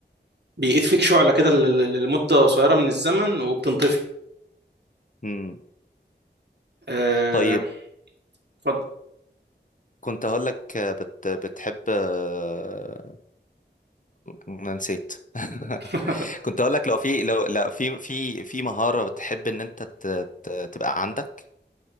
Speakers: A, on the right; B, on the left.
A: بيقيد فيك شعلة كده ل- ل- لمدة قصيرة من الزمن وبتنطفي
B: مم.
A: آه،
B: طيب
A: اتفضل
B: كنت هقول لك آه، بت... بتحب آه، انا نسيت <laughs>
A: <laughs>
B: كنت هقول لك لو في لو لا في في في مهارة بتحب ان انت ت... ت... تبقى عندك